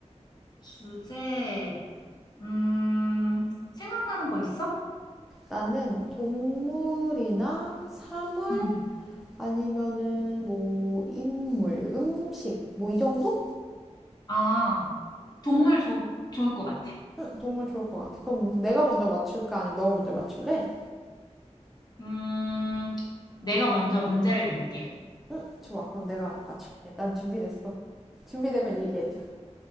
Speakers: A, on the left (about 35°); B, in the centre.
A: 주제, 음, 생각나는 거 있어?
B: 나는 동물이나 사물
A: 응.
B: 아니면은 뭐 인물, 음식 뭐 이 정도?
A: 아, 동물 좋 좋을 것 같아.
B: 응, 동물 좋을 것 같아. 그럼 내가 먼저 맞출까? 아니면 너가 먼저 맞출래?
A: 음, 내가 먼저 문제를 낼게.
B: 응, 좋아. 그럼 내가 맞출게. 난 준비됐어. 준비되면 얘기해줘.